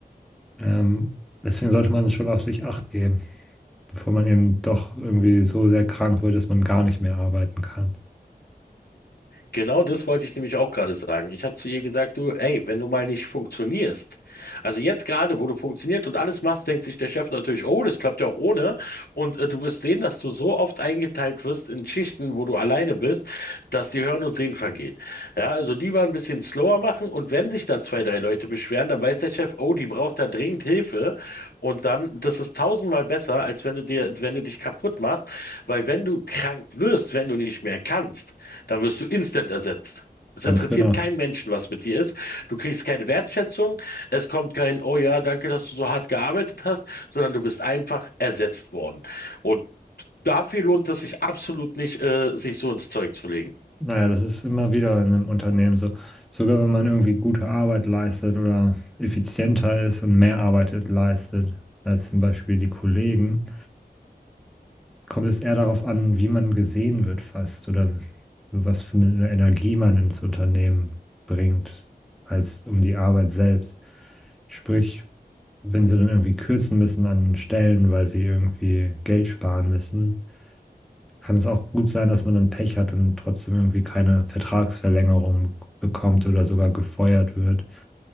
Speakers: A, in the centre; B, on the left (about 70°).
A: Ähm, deswegen sollte man schon auf sich Acht geben. bevor man eben doch irgendwie so sehr krank wird, dass man gar nicht mehr arbeiten kann.
B: Genau das wollte ich nämlich auch gerade sagen. Ich habe zu ihr gesagt, du, ey, wenn du mal nicht funktionierst, also jetzt gerade, wo du funktioniert und alles machst, denkt sich der Chef natürlich, oh, das klappt ja auch ohne. Und äh, du wirst sehen, dass du so oft eingeteilt wirst in Schichten, wo du alleine bist, dass dir Hören und Sehen vergeht. Ja, also lieber ein bisschen slower machen und wenn sich da zwei, drei Leute beschweren, dann weiß der Chef, oh, die braucht da dringend Hilfe. Und dann, das ist tausendmal besser, als wenn du dir, wenn du dich kaputt machst, weil wenn du krank wirst, wenn du nicht mehr kannst, da wirst du instant ersetzt. Es
A: Ganz
B: interessiert
A: genau.
B: keinen Menschen, was mit dir ist. Du kriegst keine Wertschätzung. Es kommt kein, oh ja, danke, dass du so hart gearbeitet hast, sondern du bist einfach ersetzt worden. Und dafür lohnt es sich absolut nicht, äh, sich so ins Zeug zu legen.
A: Naja, das ist immer wieder in einem Unternehmen so. Sogar wenn man irgendwie gute Arbeit leistet oder effizienter ist und mehr arbeitet leistet als zum Beispiel die Kollegen, kommt es eher darauf an, wie man gesehen wird fast oder was für eine Energie man ins Unternehmen bringt, als um die Arbeit selbst. Sprich, wenn sie dann irgendwie kürzen müssen an Stellen, weil sie irgendwie Geld sparen müssen, kann es auch gut sein, dass man dann Pech hat und trotzdem irgendwie keine Vertragsverlängerung bekommt oder sogar gefeuert wird.